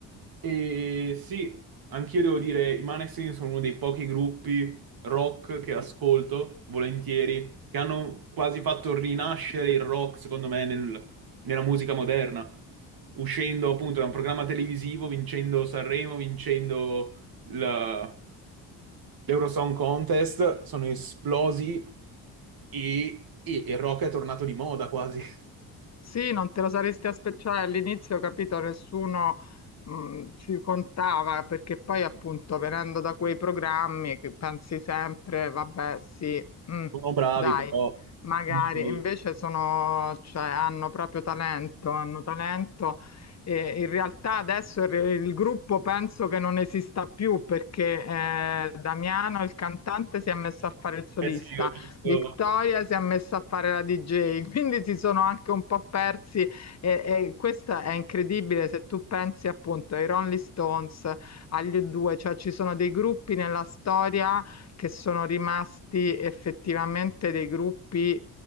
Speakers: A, on the right; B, on the left.
A: E sì, anch'io devo dire, i Maneskin sono uno dei pochi gruppi rock che ascolto volentieri, che hanno quasi fatto rinascere il rock, secondo me, nel- nella musica moderna, uscendo appunto da un programma televisivo, vincendo Sanremo, vincendo la- l'Eurosong Contest, sono esplosi e, e il rock è tornato di moda quasi. <laughs>
B: Sì, non te lo saresti aspettato, cioè, all'inizio, capito, nessuno mh, ci contava perché poi appunto venendo da quei programmi che pensi sempre, vabbè, sì, mm,
A: Sono bravi,
B: dai,
A: però...
B: magari,
A: difficili.
B: invece sono, cioè, hanno proprio talento, hanno talento e in realtà adesso il, il gruppo penso che non esista più perché eh, Damiano, il cantante, si è messo a fare il solista.
A: Eh sì, ho visto...
B: Victoria si è messa a fare la DJ, quindi si sono anche un po' persi e, e questa è incredibile se tu pensi appunto ai Rolling Stones, agli U2, cioè ci sono dei gruppi nella storia che sono rimasti effettivamente dei gruppi